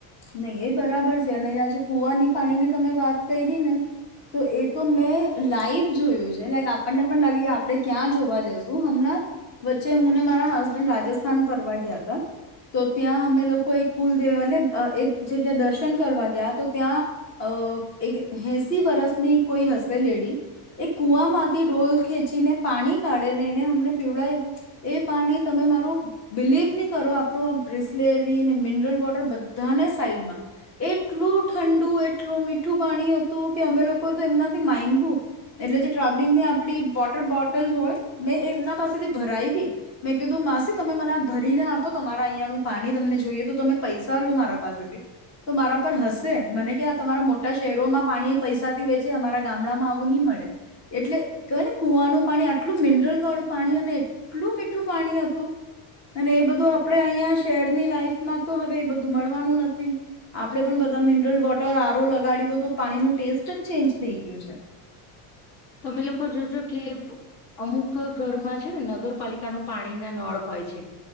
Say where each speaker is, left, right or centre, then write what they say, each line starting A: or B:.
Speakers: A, on the left; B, on the left.
A: નહી એ બરાબર છે અને જ્યાં કુવાની પાણી ની તમે વાત કરી ને તો એ તો મેં લાઈવ જોયું છે લાઈક આપણને પણ લાગે કે આપણે ક્યાં જોવા જશું હમણાં વચ્ચે હુંને મારા હસબન્ડ રાજસ્થાન ફરવા ગયા હતા તો ત્યાં અમે લોકો એક કુલ દેવા એક જગ્યા દર્શન કરવા ગયા તો ત્યાં અ એક એસી વરસની કોઈ હશે લેડી એ કુવામાંથી ડોલ ખેંચીને પાણી કાઢે ને એને અમને પીવડાવું એ પાણી તમે મારું બિલીવ નહી કરો આપણું આ બ્રિસલેરીને મિનરલ વોટર સાઈડમાં એટલું ઠંડુ એટલું મીઠું પાણી હતું કે અમે લોકોએ તો એમનાથી માગુ એટલે જે ટ્રાવેલિંગની આપડી વોટર બોટલ હોય મેં એમના પાસેથી ભરાવી મેં કીધું માસી તમે મને ભરી ના આપો તમારા અહીંયાનું પાણી તમને જોઈએ તો તમે પૈસા લો મા તા પાસેથી તો મારા પર હશે મને કે આ તમારા મોટા શહેરોમાં પાણી પૈસાથી વેચે અમારા ગામડામાં આવું ની મળે એટલે ક ને કુવાનું પાણી આટલું મિનરલ વાળું પાણી અને એટલું મીઠું પાણી હતું અને એ બધું આપડે અહીંયા શહેરની લાઈફમાં તો હવે એ બધું મળવાનું નથી આપણે પણ બધા મિનરલ વોટર આરો લગાડી તો તો પાણીનું ટેસ્ટ જ ચેન્જ થઈ ગયું છે
B: તમે લોકો જોજો કે અમુક ઘરમાં છે ને નગરપાલિકાનો પાણીના નળ હોય છે